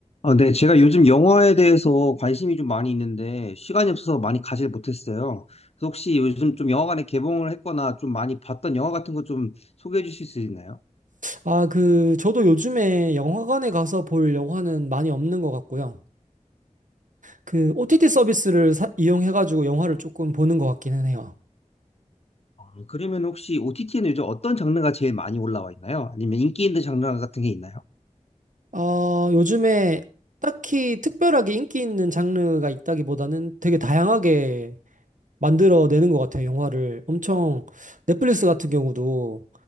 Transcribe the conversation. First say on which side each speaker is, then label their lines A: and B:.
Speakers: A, on the left; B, on the right.
A: 아, 네, 제가 요즘 영화에 대해서 관심이 좀 많이 있는데 시간이 없어서 많이 가질 못했어요. 그래서 혹시 요즘 좀 영화관에 개봉을 했거나 좀 많이 봤던 영화 같은 거 좀 소개해 주실 수 있나요?
B: 아, 그, 저도 요즘에 영화관에 가서 볼 영화는 많이 없는 것 같고요. 그, OTT 서비스를 사- 이용해가지고 영화를 조금 보는 것 같기는 해요.
A: 아, 그러면 혹시 OTT에는 요즘 어떤 장르가 제일 많이 올라와 있나요? 아니면 인기 있는 장르 같은 게 있나요?
B: 어, 요즘에 딱히 특별하게 인기 있는 장르가 있다기보다는 되게 다양하게 만들어내는 것 같아요, 영화를. 엄청, 넷플릭스 같은 경우도